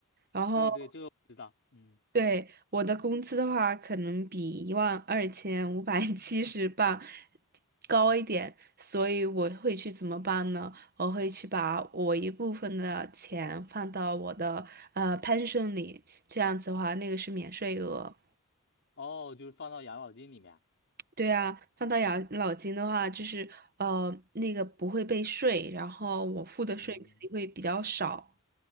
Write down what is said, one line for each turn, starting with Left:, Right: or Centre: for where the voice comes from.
Right: 然后
Left: 对对，这个我知道。嗯，
Right: 对我的工资的话，可能比一万二千五百 <laughs> 七十镑高一点，所以我会去怎么办呢？我会去把我一部分的钱放到我的呃 pension 里，这样子的话，那个是免税额。
Left: 哦，就是放到养老金里面。
Right: 对啊，放到养老金的话，就是呃，那个不会被税，然后我付的税肯定会比较少。
Left: 嗯。